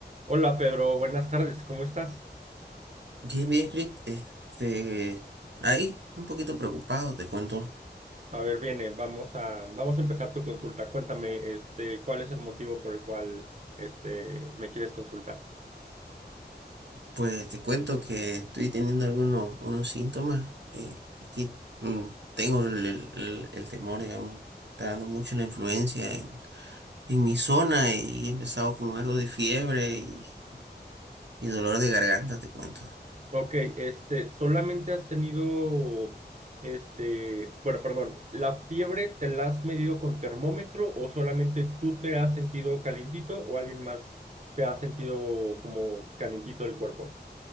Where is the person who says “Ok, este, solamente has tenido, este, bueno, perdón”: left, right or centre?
Right